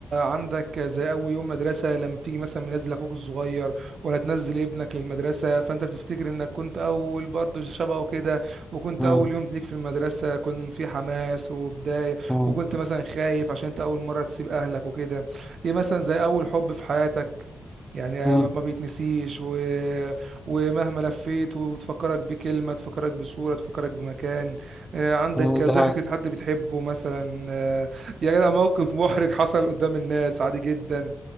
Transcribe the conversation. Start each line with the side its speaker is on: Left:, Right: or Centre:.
Right: عندك زي اول يوم مدرسه لما بتيجي مثلا منزل اخوك الصغير ولا تنزل ابنك للمدرسه فانت بتفتكر انك كنت اول برضه شبهه كده وكنت
Centre: مم.
Right: اول يوم ليك في المدرسه كنت في حماس وبدايه
Centre: مم.
Right: وكنت مثلا خايف عشان انت اول مره تسيب اهلك وكده ايه مثلا زي اول حب في حياتك يعني
Centre: مم.
Right: ما بيتنسيش و... ومهما لفيت وتفكرك بكلمة تفكرك بصورة تفكرك بمكان آه، عندك
Centre: مم.
Right: ضحكة
Centre: <laughs> ده حاجة
Right: حد بتحبه مثلا آه، يا جدع موقف محرج حصل قدام الناس عادي جدا